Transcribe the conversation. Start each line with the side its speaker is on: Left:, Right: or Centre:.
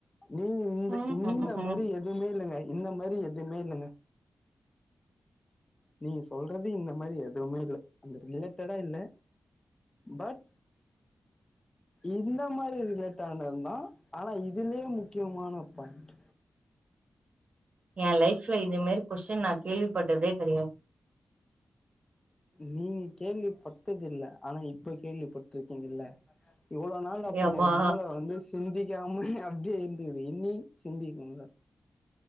Left: நீங்க இந்த
Right: ம்
Left: இந்த
Right: ம் ம்
Left: மாரி எதுவுமே இல்லைங்க இந்த மாரி எதுவுமே இல்லைங்க நீங்க சொல்றது இந்த மாரி எதுவுமே இல்ல அந்த ரிலேட்டடா இல்ல பட் இந்த மாதிரி ரிலேட் ஆனது தா ஆனா இதுலயே முக்கியமான பாயிண்ட்
Right: என் லைஃப்ல இது மாரி கொஸ்டின் நா கேள்விப்பட்டதே கெடையாது
Left: நீங்க கேள்விப்பட்டதுல்ல ஆனா இப்ப கேள்விப்பட்டிருக்கீங்கல்ல இவ்ளோ நாள் அப்ப
Right: யப்பா
Left: உங்க மூள வளந்து சிந்திக்காம அப்டியே இருந்தது இனி சிந்திக்கும்ல